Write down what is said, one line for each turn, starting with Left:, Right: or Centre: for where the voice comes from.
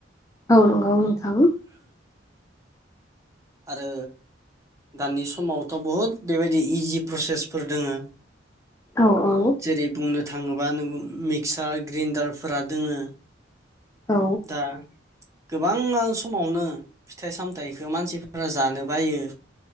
Left: औ नंगौ औ नोंथां
Right: आरो दानि समावथ' बहुद बेबायदि इजि प्रसेसफोर दोङो
Left: औ औ
Right: जेरै बुंनो थाङोब्ला नों मिक्सार ग्रेन्डारफोरा दोङो
Left: औ
Right: दा गोबां समावनो फिथाइ सामथायाइखौ मानसिफोरा जानो बायो